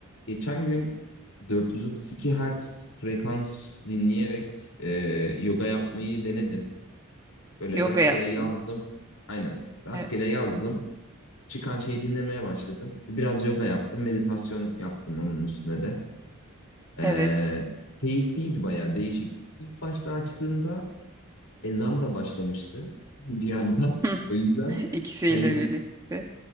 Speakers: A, on the left; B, on the right.
A: Geçen gün 432 Hz frekans dinleyerek e, yoga yapmayı denedim. Böyle
B: Yoga
A: rastgele
B: yaptın.
A: yazdım. Aynen. Rastgele
B: Evet.
A: yazdım.
B: Hı hı.
A: Çıkan şeyi dinlemeye başladım. Biraz yoga yaptım. Meditasyon yaptım onun üstüne de. E,
B: Evet.
A: keyifliydi bayağı değişik. İlk başta açtığımda ezan da başlamıştı <laughs> bir yandan.
B: <laughs>
A: O yüzden
B: İkisiyle
A: hani
B: birlikte.